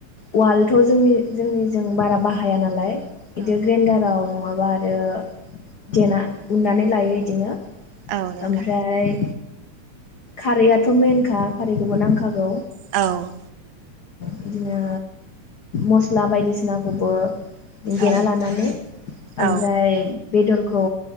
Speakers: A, on the left (about 80°); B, on the right (about 75°).
A: उवालथ' जोंनि जोंनिजों बारा बाहाया नालाय इदि
B: औ
A: ग्रेन्डाराव नङाबा आरो देना उननानै लायो इदिनो
B: औ नोंथां
A: ओमफ्राय खारैआथ' मेनखा खारैखौबो नांखागौ
B: औ
A: बिदिनो मस्ला बायदिसिना खौबो देना
B: औ
A: लानानै ओमफ्राय
B: औ
A: बेदर खौ